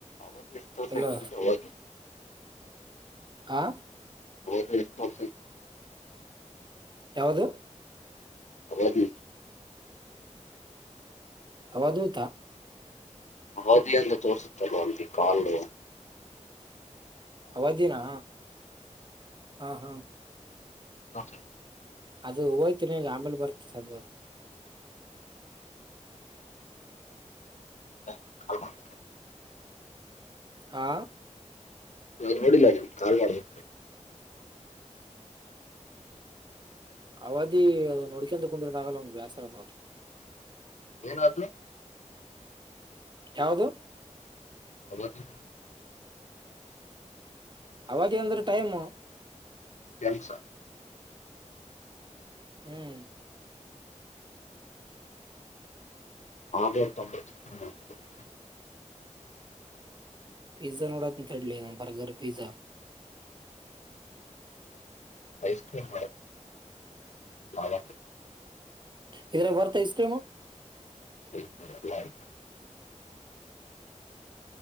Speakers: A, on the left; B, on the right.
A: ಅವಾಗ ಎಷ್ಟು ದೋಸ
B: ಅಲೋ
A: ಇದಿ ಅವಾಗ
B: ಹಾ
A: ಹೌಸ
B: ಯಾವದು
A: ಅವಧಿ
B: ಅವದೂತ
A: ಅವಧಿ ಎಂದು ತೋರಿಸುತ್ತವೆ ಅಂತಿ ಕಾಲುು
B: ಅವದಿನನ ಹಾ ಹಾ
A: <inaudible>
B: ಅದು ಹೋಯ್ತೀನಿ ಈಗ ಆಂಬೇಲೆ ಬರ್ತ ಸ್ವಲ್
A: <inaudible>
B: ಹಾ
A: ನಾನು ನೋಡಿಲ್ಲ ನೀ ಕಾಲ್ ಮಾಡುದು
B: ಅವಧಿ ಅದು ನೋಡ್ಕಂತ ಕುಂದಿರತ ಆಗಲ್ಲ ಒಂದು ಬೇಾಸರತ ಅದು
A: ಏನಾದ್
B: ಯಾವದು
A: ಅವದಿ
B: ಅವಧಿ ಅಂದ್ರೆ ಟೈಮು
A: ಕೆಲ್ಸ
B: ಹ್ಮ್
A: <inaudible>
B: ಪಿಜ್ಜಾ ನೋಡ ಅಂತಡ್ಲಿ ಬರ್ಗರ್ ಪಿಜ್ಜಾ
A: ಐಸ್ಕ್ರೀಮ ಮಾಡ
B: ಇದ್ರ ಬರ್ತ ಐಸ್ ಕ್ರೀಮು
A: <inaudible>